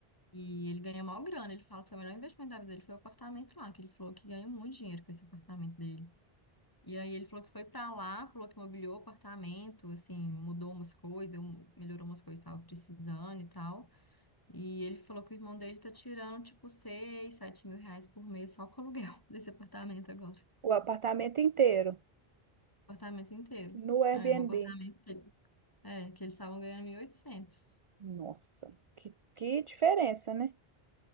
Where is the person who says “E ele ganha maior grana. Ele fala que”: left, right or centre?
Left